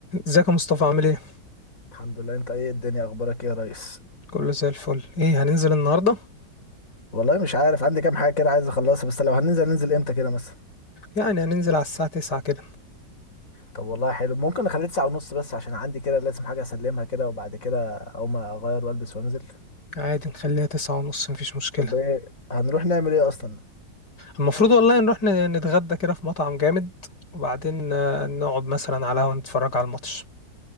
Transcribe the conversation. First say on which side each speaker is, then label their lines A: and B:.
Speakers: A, on the left; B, on the left.
A: ازيك يا مصطفى عامل ايه؟
B: الحمد لله انت ايه الدنيا اخبارك ايه يا ريس
A: كله زي الفل ايه هننزل النهاردة؟
B: والله مش عارف عندي كام حاجه كده عايز اخلصها بس لو هننزل ننزل امتى كده مثلا
A: يعني هننزل على الساعة تسعة كده
B: طب والله حلو ممكن نخليه تسعة ونص بس عشان عندي كده لازم حاجه اسلمها كده وبعد كده اقوم اغير والبس وانزل
A: عادي نخليها تسعة ونص مفيش مشكلة
B: طب ايه هنروح نعمل ايه اصلا
A: المفروض والله نروح ن- نتغدى كده في مطعم جامد وبعدين آه، نقعد مثلا على قهوة نتفرج على الماتش